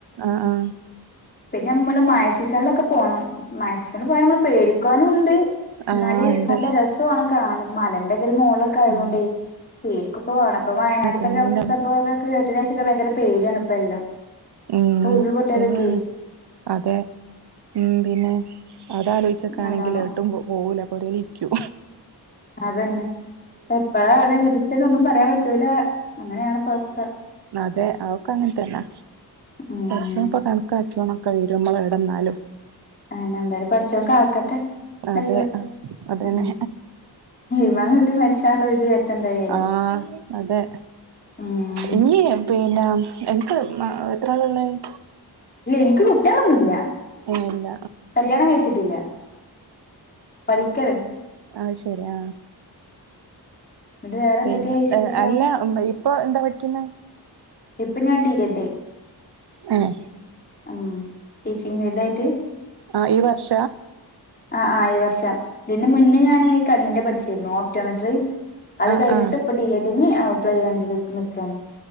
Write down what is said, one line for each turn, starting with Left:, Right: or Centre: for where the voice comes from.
Right: ആ ആ
Left: പിന്നെ മ്മള് മഴ സീസണ്ലൊക്കെ പോണം മഴ സീസൺല് പോയാൽ മ്മള് പേടിക്കാനൂണ്ട്
Right: ആ
Left: ന്നാല്
Right: ഉണ്ട്
Left: നല്ല രസാണു കാണാന് മലന്റെ ഓല് മോളൊക്കെ ആയതോണ്ടെയ്
Right: ഉം
Left: പേടിക്കൊക്കെ വേണം പ്പൊ വയനാട്ത്തൊക്കെ
Right: കുന്നിന്റെ
Left: അവസ്ഥപ്പൊ
Right: ഉണ്ട്
Left: കേട്ടേൻ്റെ ശേഷൊക്കെ ഭയങ്കരം പേട്യാണ് ഇപ്പെ എല്ലം
Right: ഉം
Left: അ ഉരുൾപൊട്ട്യതൊക്കെയ്
Right: ശരിയാണ് അതെ ന്തിന് അതാലോയ്ച്ചക്കാണെങ്കിൽ
Left: നല്ലോണം
Right: ഏട്ടും പോവൂല ഒരൈക്യു
Left: അതല്ല ഇപ്പൊപ്പഴാണ് വിധിച്ചതെന്നൊന്നും പറയാൻ പറ്റൂല അങ്ങനെയാണ്പ്പ അവസ്ഥ
Right: അതെ അഒക്കെ അങ്ങൻ തന്നെ
Left: ഉം
Right: പടച്ചോൻ പ്പൊ കണ്ക്കാക് <unintelligible> കയ്യൂല മ്മളവ്ടെ ന്നാലും
Left: അന്നെ ന്താലും പടച്ചോൻ കാക്കട്ടെ
Right: അതെ
Left: അല്ല.
Right: അതന്നെ
Left: ഉ ഈമാൻ കിട്ടി മരിചാല്ല വിധി. വരട്ടെ എന്തായാലും
Right: ആഹ അതെ
Left: ഉം
Right: ഇഞ്ഞി പിന്ന എക്ക് എത്ര ആള ഇള്ളഹ്
Left: ഇല്ല എനിക്ക് കുട്ടിയള്ന്നുമില്ല.
Right: ഏഹ് ഇല്ല
Left: കല്യാണംകഴിച്ചിട്ടില്ല പഠിക്കണ്
Right: അഹ ശരി ആ
Left: എന്നിട്ട് വേറെ
Right: പിന്നെർ
Left: എന്തൊക്കെയാ വിശേഷം
Right: അല്ല ഇപ്പൊ എന്താ പഠിക്കുന്നത്
Left: ഇപ്പൊ ഞാൻ ഡി എഡ്
Right: ആഹ
Left: ഉം ടീച്ചിങ് വല്ലായിട്ട്
Right: ആ ഈ വർഷ
Left: ആ ആ വർഷം ഇതിന് മുന്നേ ഞാൻ കണ്ണിന്റെ പഠിച്ചിരുന്നു ഓപ്റ്റോമെട്രി അത്
Right: ആഹ്
Left: കഴിഞ്ഞിട്ട്
Right: ആഹ്
Left: ഇപ്പം ബി. എ. ഡ്ന് എപ്ളൈ ചായ്യാമാണ്ടി നിക്കാണ്.